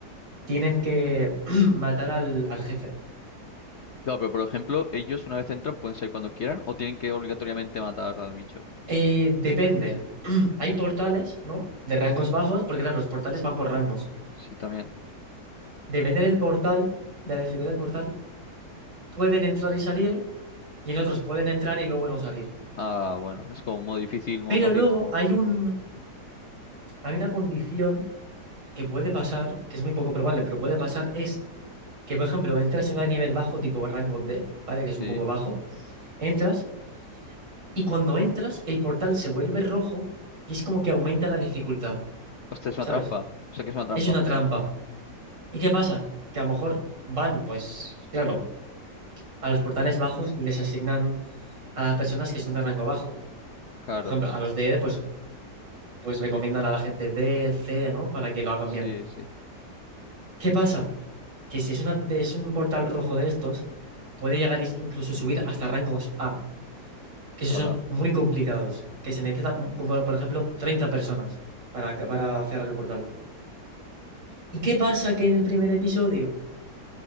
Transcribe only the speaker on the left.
Claro, pero por ejemplo, ellos una vez entran pueden salir cuando quieran o tienen que obligatoriamente matar al bicho.
Sí,
sí, también.
Ah, bueno, es como modo difícil, modo
fácil.
Sí.
Hostia, es una
trampa. O sea que es una trampa.
Claro.
Sí,
sí.
Hola.